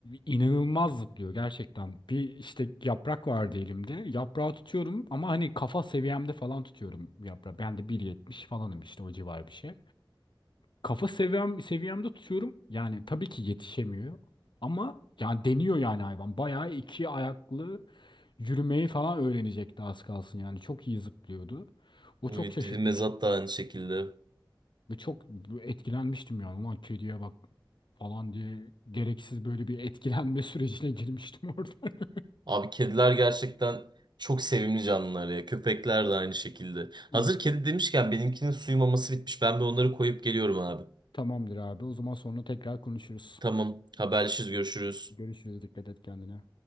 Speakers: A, on the left; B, on the right.
A: İnanılmaz zıplıyor gerçekten. Bir işte yaprak vardı elimde. Yaprağı tutuyorum ama hani kafa seviyemde falan tutuyorum yaprağı. Ben de bir yetmiş falanım işte o civar bir şey. Kafa seviyem seviyemde tutuyorum. Yani tabii ki yetişemiyor. Ama yani deniyor yani hayvan. Bayağı iki ayaklı Yürümeyi falan öğrenecekti az kalsın yani. Çok iyi zıplıyordu. O
B: Evet,
A: çok şaşırtmış
B: bizim mezat da aynı şekilde.
A: ve çok etkilenmiştim yani. Ulan kediye bak falan diye gereksiz böyle bir etkilenme <laughs> sürecine girmiştim orada. <laughs>
B: Abi kediler gerçekten çok sevimli canlılar ya. Köpekler de aynı şekilde. Hazır
A: Evet.
B: kedi demişken benimkinin suyu maması bitmiş. Ben bir onları koyup geliyorum abi.
A: Tamamdır abi. O zaman sonra tekrar konuşuruz.
B: Tamam, haberleşiriz, görüşürüz.
A: Görüşürüz. Dikkat et kendine.